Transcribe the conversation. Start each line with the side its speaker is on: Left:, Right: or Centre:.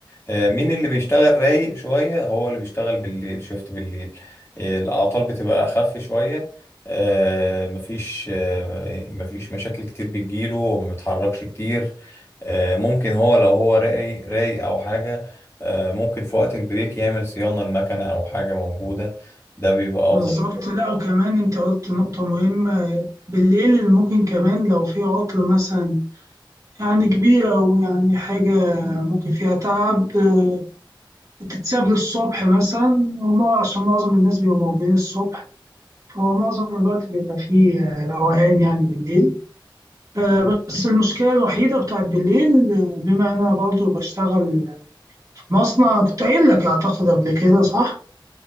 Left: آه مين اللي بيشتغل رايق شوية هو اللي بيشتغل بالليل شيفت بالليل آه الأعطال بتبقى أخف شوية آه مفيش آه مفيش مشاكل كتير بتجيله وما بيتحركش كتير آه ممكن هو لو هو رايق رايق أو حاجة آه ممكن في وقت البريك يعمل صيانة المكنة أو حاجة موجودة ده بيبقى
Right: بالظبط
Left: أفضل
Right: لا وكمان انت قلت نقطة مهمة بالليل ممكن كمان لو في عطل مثلا يعني كبيرة ويعني حاجة ممكن فيها تعب آه، بتتساب للصبح مثلا وما عشان معظم الناس بيبقوا موجودين الصبح فهو معظم الوقت بيبقى فيه آه، روقان يعني بالليل آه، بس المشكلة الوحيدة بتاعت بالليل آه، بما أنا برضو بشتغل في مصنع كنت قايل لك أعتقد قبل كده صح؟